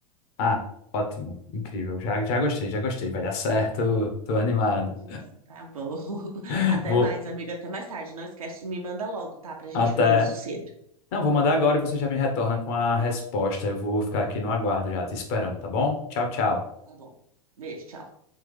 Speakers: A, on the left; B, on the right.
A: Ah, ótimo, incrível. Já, já gostei, já gostei. Vai dar certo. Tô animado.
B: Então, tá bom. <laughs>
A: <laughs>
B: Até
A: Vou
B: mais, amiga, até mais tarde. Não esquece, me manda logo, tá? Pra gente
A: até.
B: ver isso cedo.
A: Não, vou mandar agora e você já me retorna com a resposta. Eu vou ficar aqui no aguardo já, te esperando, tá bom? Tchau, tchau.
B: Tá bom. Beijo, tchau.